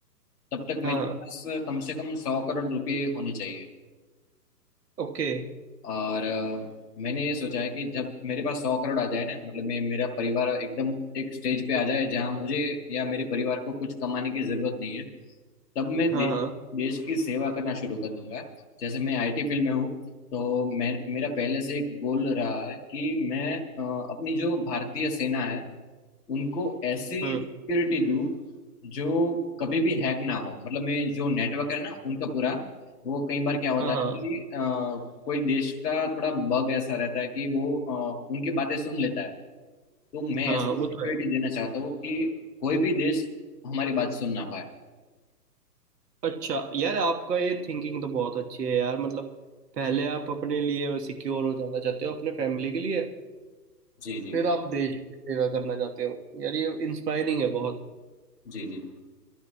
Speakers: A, on the left; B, on the right.
A: तब तक
B: हाँ
A: मेरे
B: हाँ
A: पास कम से कम सौ करोड़ रुपए होने चाहिए
B: ओके
A: और अ, मैंने ये सोचा है कि जब मेरे पास सौ करोड़ आ जाए ना मतलब मैं मेरा परिवार एकदम एक स्टेज पे आ जाए जहाँ मुझे या मेरे परिवार को कुछ कमाने की जरूरत नहीं है तब मैं
B: हाँ
A: देश
B: हाँ
A: देश की सेवा करना शुरू कर दूंगा जैसे मैं आईटी फील्ड में हूँ तो मैं मेरा पहले से एक गोल रहा है कि मैं अ, अपनी जो भारतीय सेना है उनको ऐसी
B: हम्म
A: सिक्योरिटी दूं जो कभी भी हैक ना हो मतलब मैं जो नेटवर्क है ना उनका पूरा वो कई बार क्या होता
B: हाँ हाँ
A: है कि अ, कोई देश का थोड़ा बग ऐसा रहता है कि वो अ, उनकी बातें सुन लेता है तो मैं
B: हाँ
A: ऐसी सिक्योरिटी
B: वो तो है
A: देना चाहता हूँ कि कोई भी देश हमारी बात सुन ना पाए
B: अच्छा यार आपका ये थिंकिंग तो बहुत अच्छी है यार मतलब पहले आप अपने लिए सिक्योर हो जाना चाहते हो अपने फैमिली के लिए
A: जी जी
B: फिर आप देश की सेवा करना चाहते हो यार ये इंस्पायरिंग है बहुत
A: जी जी